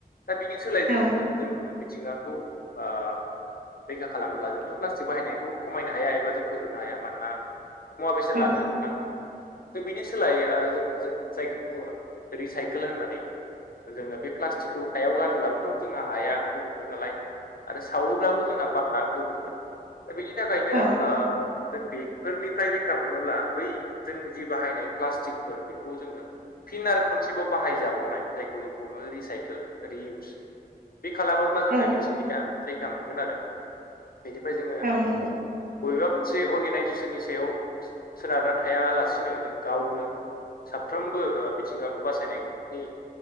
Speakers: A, on the left; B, on the right.
A: दा बिनि सोलाय जों
B: औ
A: जोङो मिथिंगाखौ ओ रैखा खालामब्ला जोंथ' प्लास्टिक बाहायनायखौ खमायनो हाया एबा जों फोजोबनो हाया मानोना मुवा बेसाद
B: औ
A: लानो जोंनो नां जों बेनि सोलायै ओ जों जो जायखौ बुङो रिसाइकोल होननानै जोङो बे प्लास्टिकखौ हायाव गारोब्लाबोथ' जोंहा हाया गुबुंगोन नालाय आरो सावोब्लाबो जोंहा बा बे आ गुबुंगोन दा बेनि थाखायनो
B: औ
A: ओ जों बेफोरनिफ्राय रैखा मोननोब्ला बै जों जि बाहायनाय प्लास्टिकफोर बेखौ जोङो फिन आरो खनसेबाव बाहायजाबावनाय जायखौ जों बुङो। रिसाइकेल रिइउस बे खालामो अब्ला जोंना
B: औ औ
A: मिथिंगाया रैखा मोनगोन आरो बेनिफ्राय जोङो
B: औ नंगौ
A: बबेबा मोनसे अरगेनाइजेसननि सायाव सोनारनानै थायालासिनो जों गावनो साफ्रोमबो ओ मिथिंगाखौ बासायनायनि